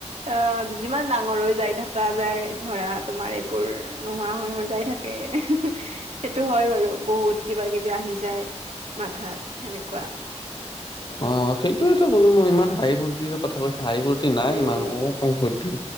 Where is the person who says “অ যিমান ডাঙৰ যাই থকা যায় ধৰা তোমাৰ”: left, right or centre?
Right